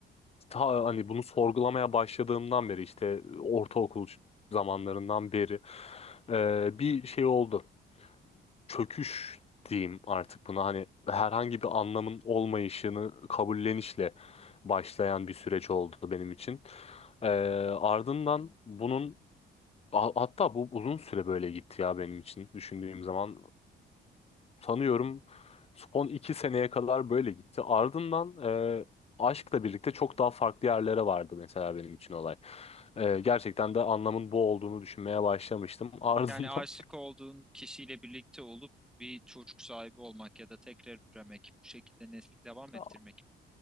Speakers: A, on the left; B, in the centre.
A: ta hani bunu sorgulamaya başladığımdan beri işte ortaokul zamanlarından beri e, bir şey oldu. Çöküş diyeyim artık buna hani herhangi bir anlamın olmayışını kabullenişle başlayan bir süreç oldu benim için. Ee, ardından bunun Ha- Hatta bu uzun süre böyle gitti ya benim için düşündüğüm zaman. Sanıyorum son iki seneye kadar böyle gitti. Ardından e, aşkla birlikte çok daha farklı yerlere vardı mesela benim için olay. E, gerçekten de anlamın bu olduğunu düşünmeye başlamıştım. Ardından
B: Yani aşık olduğun kişiyle birlikte olup bir çocuk sahibi olmak ya da tekrar üremek, bu şekilde nesli devam ettirmek.
A: <laughs>